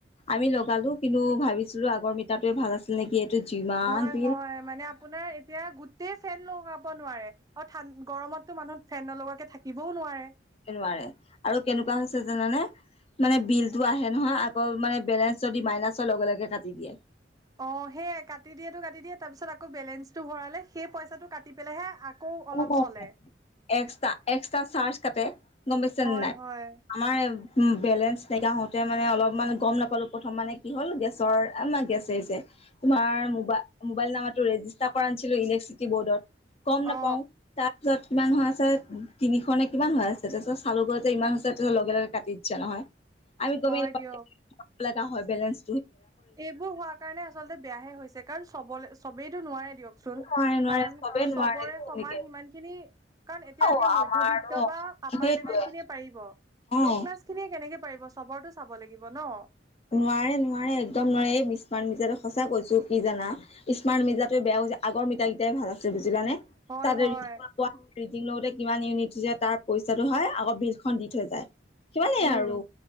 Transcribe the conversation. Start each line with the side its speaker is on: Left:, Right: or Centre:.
Left: আমি লগালো। কিন্তু ভাবিছিলো আগৰ মিটাৰটোৱে ভাল আছিল নেকি? এইটো যিমান
Right: হয়
Left: বিল
Right: হয় মানে আপোনাৰ এতিয়া গো- গোটেই ফেন লগাব নোৱাৰে আৰু ঠান গৰমতো মানুহ ফেন নলগাকে থাকিবও নোৱাৰে।
Left: নোৱাৰে আৰু কেনেকুৱা হৈছে জানানে- মানে বিলটো আহে নহয় আকৌ মানে বেলেঞ্চ যদি মাইনাছ হয়, লগে লগে কাটি দিয়ে।
Right: অঁ সেইয়াই কাটি দিয়েটো কাটি দিয়ে তাৰ পিছত আকৌ বেলেঞ্চটো ভৰালে সেই পইচাটো কাটি পেলাইহে- আকৌ অলপ
Left: এক্সট্ৰা
Right: চলে
Left: এক্সট্ৰা চাৰ্জ কাটে। গম পাইছানে
Right: হয়
Left: নাই
Right: হয়
Left: আমাৰ- বেলেঞ্চ নাইকিয়া হওঁতে মানে অলপমান গম নাপালোঁ। প্ৰথম মানে কি হ'ল গেছৰ আমাৰ গেছ। তোমাৰ মোবা মোবাইল নাম্বাৰটো ৰেজিষ্টাৰ কৰায় আনিছিলো ইলেক্ট্ৰিচিটি বৰ্ডত। গম
Right: অ
Left: নাপাওঁ তাত। তাৰপিছত কিমান হৈ আছে তিনিখনে কিমান হৈ আছে তাৰপিছত চালু গৈ যে ইমান হৈছে তাৰপিছত লগে লগে কাটি দিছে নহয়। আমি গমেই
Right: হয়
Left: নাপাওঁ
Right: দিয়ক।
Left: হয় বেলেঞ্চ।
Right: এইবোৰ হোৱা কাৰণে আচলতে বেয়াসে হৈছে কাৰণ চবলে চবেইতো নোৱাৰে- দিয়কচোন
Left: নোৱাৰে নোৱাৰে
Right: কাৰণ
Left: চবে
Right: চবৰে
Left: নোৱাৰে তেনেকে
Right: সমান সিমান খিনি- কাৰণ এতিয়া
Left: অ
Right: এতিয়া
Left: আমাৰো
Right: মধ্যবিত্ত বা
Left: সেইটোৱে
Right: আপাৰ লেভেল খিনিয়ে পাৰিব। ল'
Left: অ
Right: ক্লাছ খিনিয়ে কেনেকে পাৰিব চবৰটো চাব লাগিব ন।
Left: নোৱাৰে নোৱাৰে একদম নোৱাৰে এই স্মাৰ মিজাটো সঁচা কৈছো কি জানা স্মাৰ্ মিজাটো বেয়া- আগৰ মিতাৰ কেইটাই ভাল আছে বুজিলানে
Right: হয়
Left: তাতে।
Right: হয়
Left: ৰিডিং লওঁতে কিমান ইউনিট তাৰ পইচাটো হয় আকৌ বিলখন দি থৈ যায়। সিমানেই
Right: উম
Left: আৰু